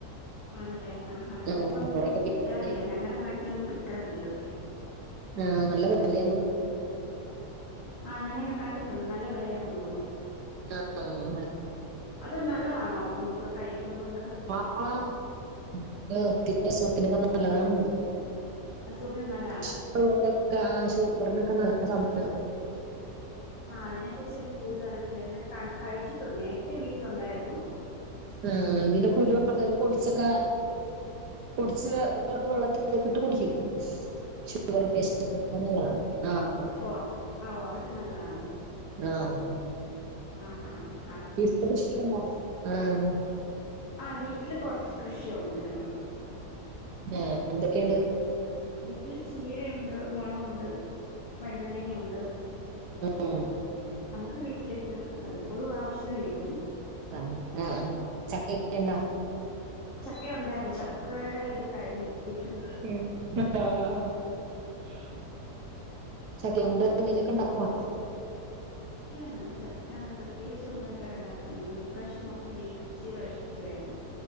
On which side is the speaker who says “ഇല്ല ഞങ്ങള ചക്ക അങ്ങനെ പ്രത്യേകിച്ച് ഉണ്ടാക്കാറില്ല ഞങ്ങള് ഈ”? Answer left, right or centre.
Left